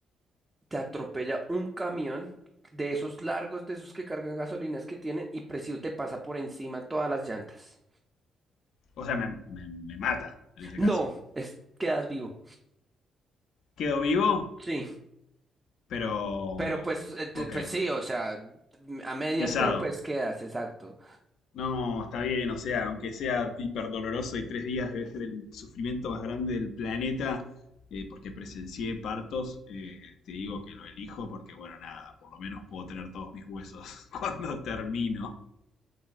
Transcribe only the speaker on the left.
O sea, me, me- me mata en ese
caso.
Quedo vivo,
pero...
Ok,
pisado.
No, está bien, o sea, aunque sea hiper doloroso y tres días debe ser el sufrimiento más grande del planeta, eh, porque presencié partos, eh, te digo que lo elijo porque, bueno, nada, por lo menos puedo tener todos mis huesos <laughs> cuando termino.